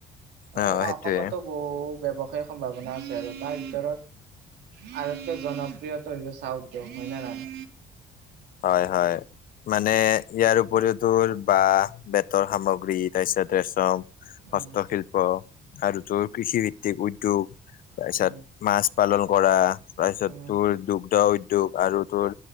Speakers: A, on the right; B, on the left.
A: এ
B: অ',
A: মানে
B: সেইটোয়ে।
A: অসমতো বহু ব্যৱসায়িক সম্ভাৱনা আছে আৰু তাৰ ভিতৰত আটাতকৈ জনপ্ৰিয়ত হৈছে চাহ উদ্যোগ হয়নে নহয়।
B: হয় হয় মানে ইয়াৰ উপৰিও তোৰ বাঁহ বেতৰ সামগ্ৰী তাৰপিছত ৰেচম
A: উম,
B: হস্তশিল্প আৰু তোৰ কৃষিভিত্তিক উদ্যোগ তাৰপিছত
A: উম,
B: মাছ পালন কৰা তাৰপিছত
A: উম,
B: তোৰ দুগ্ধ উদ্যোগ আৰু তোৰ